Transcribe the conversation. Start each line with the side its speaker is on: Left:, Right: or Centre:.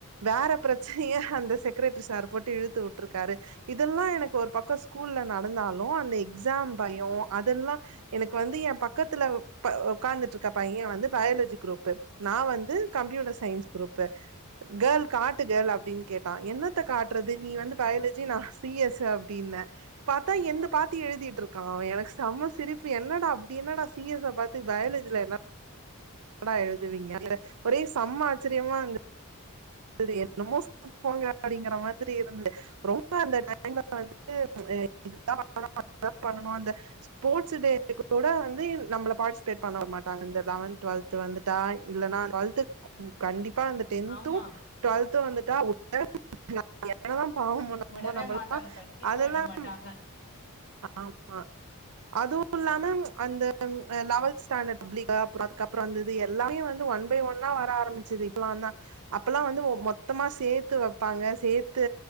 Right: வேற பிரச்சனய அந்த செக்ரட்டரி சார் போட்டு இழுத்து உட்ருக்காரு இதெல்லா எனக்கு ஒரு பக்கொ ஸ்கூல்ல நடந்தாலு அந்த எக்ஸாம் பயொ அதெல்லா எனக்கு வந்து ஏ பக்கத்துல ப ஒக்கார்ந்துட்டுருக்க பைய வந்து பயாலஜி குரூப்பு நா வந்து கம்ப்யூட்டர் சயின்ஸ் குரூப்பு கேர்ள் காட்டு கேர்ள் அப்டின் கேட்டா என்னத்த காட்றது நீ வந்து பயாலஜி நா சி எஸ் அப்டின்ன பாத்தா என்த பாத்தி எழுதிட்ருக் கா எனக்கு செம சிரிப்பு என்னடா அப்டி என்னடா சி எஸ் ச பாத்து பயாலஜில என்ன என்னடா எழுதுவீங்க ஒரே செம்மா ஆச்சரியமாருந்து து செரி என்னமோ சொல்ட்ப்போங்க அப்டிங்கிற மாரி இருந்து ரொம்ப அந்த டைம்ல வந்து இதுதா பன்னனு அதுதா பன்னனு அந்த ஸ்போர்ட்ஸ் டே கூட வந்து நம்பள பார்ட்டிசிபேட் பண்ண உடமாட்டாங்க இந்த லெவன்த் டுவெ்த் து வந்துட்டா இல்லன்னா அந்த அழுது கண்டிப்பா வந்து டென்த்தும்
Left: ஆமா.
Right: டுவெல்த்தும் வந்துட்டா உடவே நம்ம என்னதா பாவம் பண்ணமோ
Left: விடவே
Right: நம்மலா
Left: மாட்டாங்க. கண்டிப்பா
Right: அதெல்லாம்
Left: விட மாட்டாங்க.
Right: ஆமா அதுவு இல்லாம அந்த லெவன்த் ஸ்டாண்டர்ட் பப்ளிக்கா அப்றோ அதுக்கப்பறொ வந்து இது எல்லாமே வந்து ஒன் பை ஒன்னா வர ஆரம்பிச்சது இப்பலாந்தா அப் பல்லா வந்து மொத்தமா சேத்து வப்பாங்க சேத்து